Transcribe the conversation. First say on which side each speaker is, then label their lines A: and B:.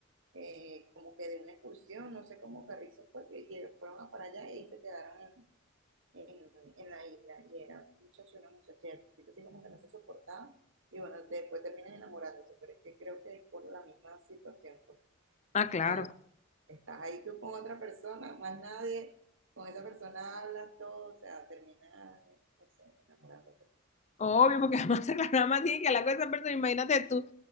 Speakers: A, on the right (about 65°); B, on the left (about 30°).
A: eh, como que de una excursión, no sé cómo Carrizo fue, que que fueron a para allá y se quedaron en, en, en la isla. Y era un muchacho y una muchacha, y al principio así como que no se soportaban, y bueno, después terminan enamorándose, pero es que creo que es por la misma situación, pues.
B: Ah, claro.
A: O sea, estás ahí tú con otra persona, más nadie, con esa persona hablas todo, o sea, terminas, no sé, enamorándote.
B: Obvio, porque además <laughs> nada más tiene que hablar con esa persona, imagínate tú.